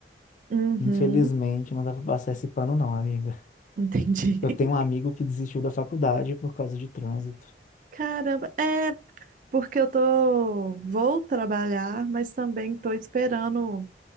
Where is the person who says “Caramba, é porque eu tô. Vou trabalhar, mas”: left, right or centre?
Right